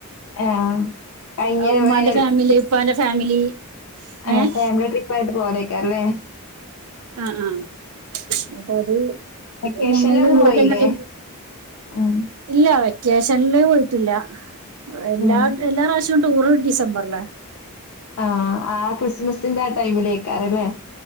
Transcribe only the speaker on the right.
ആഹ് ഉമ്മാന്റെ
ഫാമിലി
ഉപ്പാന്റെ ഫാമിലി
ഏഹ്
ആഹ് ആഹ് അപ്പൊ അത്
ഞങ്ങള് <unintelligible>
ഇല്ല വെക്കേഷനില് പോയിട്ടില്ല എല്ലാ
എല്ലാ പ്രാവശ്യം ടൂറ് ഡിസംബറില